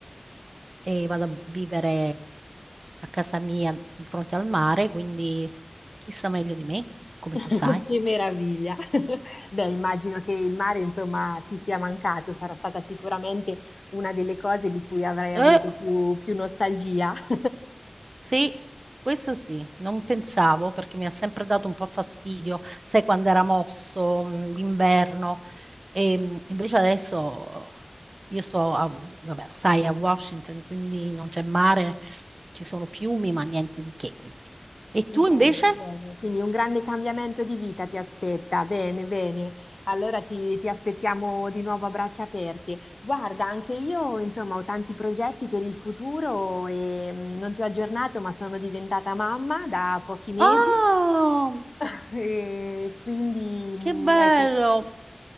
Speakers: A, on the right; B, on the left.
A: e vado a vivere a casa mia di fronte al mare, quindi chi sa meglio di me, come
B: <laughs>
A: tu sai.
B: Che meraviglia! <laughs> Beh, immagino che il mare, insomma, ti sia mancato, sarà stata sicuramente una delle cose di cui avrai
A: Eh,
B: avuto più, più nostalgia. <laughs>
A: sì, questo sì, non pensavo perché mi ha sempre dato un po' fastidio, sai quando era mosso, mh, d'inverno. E mh, invece adesso io sto a, vabbè, lo sai, a Washington, quindi non c'è mare, ci sono fiumi, ma niente di che, quindi. E
B: Bene,
A: tu invece?
B: bene, quindi un grande cambiamento di vita ti aspetta. Bene, bene. Allora ti, ti aspettiamo di nuovo a braccia aperte. Guarda, anche io, insomma, ho tanti progetti per il futuro e mh, non ti ho aggiornato, ma sono diventata mamma da pochi mesi.
A: Ah,
B: <laughs> E quindi, mh,
A: che bello!
B: ecco.